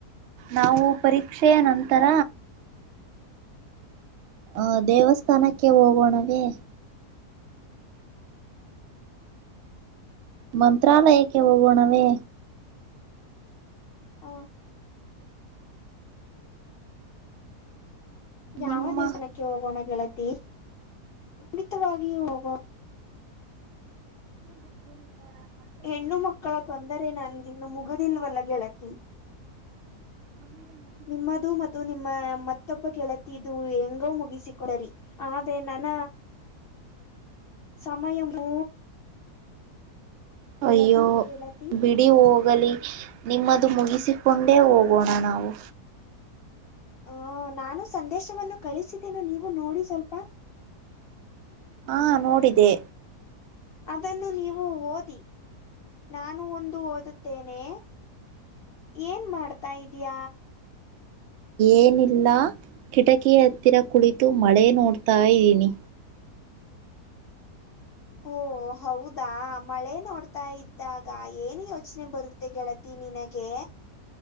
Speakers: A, on the right; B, on the left.
A: ನಾವು ಪರೀಕ್ಷೆಯ ನಂತರ. ಹ ದೇವಸ್ಥಾನಕ್ಕೆ ಹೋಗೋಣವೇ. ಮಂತ್ರಾಲಯಕ್ಕೆ ಹೋಗೋಣವೆ.
B: <inaudible> ಯಾವ
A: ನಿಮ್ಮ
B: ದೇವಸ್ಥಾನಕ್ಕೆ ಹೋಗೋಣ ಗೆಳತಿ ಖಂಡಿತವಾಗೂ ಹೋಗೋಣ.
A: <inaudible>
B: ಹೆಣ್ಣು ಮಕ್ಕಳ ತೊಂದರೆ ನಂಗೆ ಇನ್ನೂ ಮುಗದಿಲ್ವಲ್ಲ ಗೆಳತಿ.
A: <inaudible>
B: ನಿಮ್ಮದು ಮತ್ತು ನಿಮ್ಮ ಮತ್ತೊಬ್ಬ ಗೆಳತಿ ಇದು ಹೆಂಗೋ ಮುಗಿಸಿಕಡರಿ ಆದ್ರೆ. ನನ. ಸಮಯವೂ.
A: ಅಯ್ಯೋ
B: ಗೆಳತಿ.
A: ನೀವು ಹೋಗಲಿ ನಿಮ್ಮದು ಮುಗಿಸಿಕೊಂಡೇ ಹೋಗೋಣ ನಾವು.
B: ಹ ನಾನು ಸಂದೇಶವನ್ನು ಕಳಿಸಿದ್ದೇನ ನೀವು ನೋಡಿ ಸ್ವಲ್ಪ.
A: ಹಾ ನೋಡಿದೆ
B: ಅದನ್ನು ನೀವು ಓದಿ ನಾನು ಒಂದು ಓದುತ್ತೇನೆ. ನೇ ಏನ್ ಮಾಡ್ತಾ ಇದೀಯ.
A: ಏನಿಲ್ಲ ಕಿಟಕಿ ಹತ್ತಿರ ಕುಳಿತು ಮಳೆ ನೋಡ್ತಾ ಇದ್ದೀನಿ.
B: ಓ ಹೌದಾ ಮಳೆ ನೋಡ್ತಾ ಇದ್ದಾಗ ಏನ್ ಯೋಚನೆ ಬರುತ್ತೆ ಗೆಳತಿ ನಿನಗೆ.